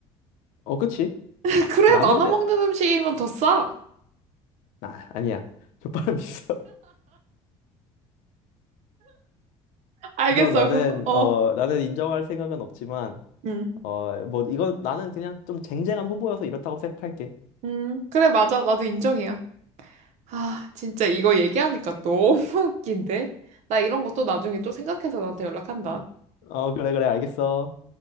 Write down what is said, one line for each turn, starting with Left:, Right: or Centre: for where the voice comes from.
Left: 어, 그치?
Right: <laughs> 그래
Left: 나눠
Right: 나눠
Left: 내.
Right: 먹는 음식이면 더 싸
Left: 아, 아니야. 족발은 <laughs> 비싸.
Right: 알겠어
Left: 우선 나는,
Right: 그거 어
Left: 어, 나는 인정할 생각은 없지만,
Right: 응,
Left: 어, 뭐, 이건 나는 그냥 좀 쟁쟁한 후보여서 이렇다고 생각할게.
Right: 응. 그래 맞아 나도 인정이야 아, 진짜 이거 얘기하니까 너무 <laughs> 웃긴데? 나 이런 것도 나중에 또 생각해서 너한테 연락한다.
Left: 어, 그래, 그래, 알겠어.